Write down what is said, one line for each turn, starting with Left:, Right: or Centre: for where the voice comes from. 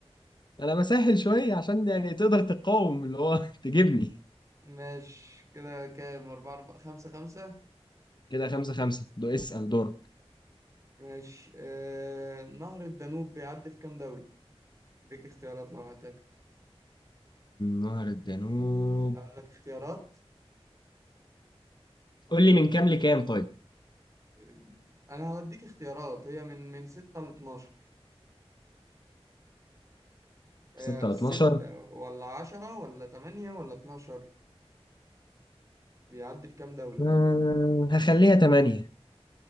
Left: أنا بسهل شوية عشان يعني تقدر تقاوم اللي هو <laughs> تجيبني
Right: ماشي كده كام أربعة أربعة خمسة خمسة
Left: كده خمسة خمسة دو اسأل دور
Right: ماشي آه، نهر الدانوب بيعدي في كام دولة؟ اديك اختيارات لو هتاك
Left: نهر الدانوب
Right: أقول لك اختيارات
Left: قول لي من كام لكام طيب
Right: آه، أنا هوديك اختيارات هي من من ستة لاتناشر هي
Left: 6 ل
Right: ستة
Left: 12
Right: ولا عشرة ولا تمانية ولا اتناشر بيعدي في كام دولة؟
Left: آه، هخليها 8